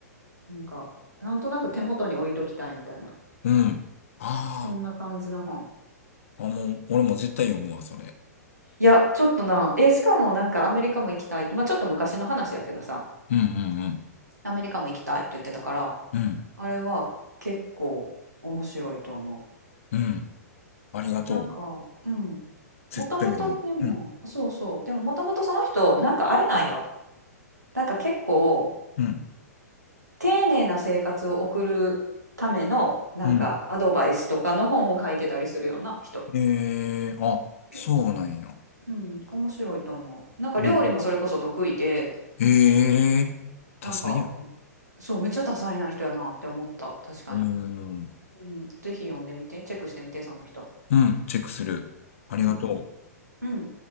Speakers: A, on the right; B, on the left.
A: なんか、なんとなく手元に置いときたいみたいな。
B: うん。ああ。
A: そんな感じの本。
B: あ、もう、俺も絶対読むわ、それ。
A: いや、ちょっとな、え、しかもなんかアメリカも行きたいって、まあちょっと昔の話やけどさ、
B: うんうんうん。
A: アメリカも行きたいって言ってたから、
B: うん、
A: あれは結構面白いと思
B: うん。ありがとう。
A: う。なんか、うん、
B: 絶対読む。
A: もともとでも、
B: うん、
A: そうそう。でももともとその人、なんかあれなんよ。なんか結構、
B: うん、
A: 丁寧な生活を送るための、なんかアドバイスとかの本を書いてたりするような人。
B: うん。えー、あ、そうなんや。
A: えうん、面白いと思う。なんか料理もそれこそ得意で、
B: うん。ええー、多彩やな。
A: なんか、そう、めっちゃ多彩な人やなって思った。確かに。
B: うーん。
A: うん、ぜひ読んでみて、チェックしてみて、その人。
B: うん、チェックする。ありがとう。
A: うん、うん。